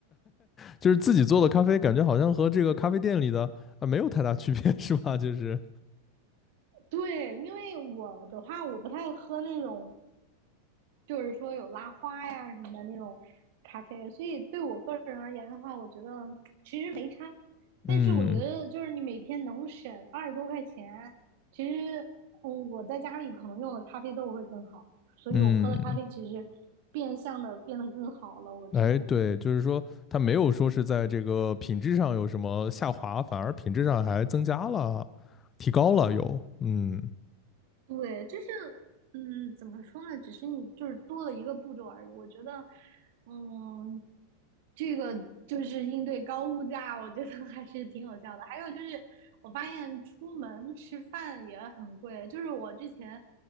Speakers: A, on the left; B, on the right.
A: 就是自己做的咖啡，感觉好像和这个咖啡店里的啊没有太大区别，是吧？<laughs> 就是
B: 对，因为我的话，我不太喝那种就是说有拉花呀什么的那种咖啡，所以对我个人而言的话，我觉得其实没差。
A: 嗯
B: 但是我觉得就是你每天能省二十多块钱，其实嗯我在家里可能用的咖啡豆会更好，所以我喝的咖啡其实变相的变得更好了，
A: 嗯，
B: 我觉得。
A: 哎，对，就是说它没有说是在这个品质上有什么下滑，反而品质上还增加了，提高了有，嗯
B: 对，就是，嗯，怎么说呢？只是你就是多了一个步骤而已。我觉得，嗯，这个就是应对高物价，我觉得 <laughs> 还是挺有效的。还有就是，我发现出门吃饭也很贵。就是我之前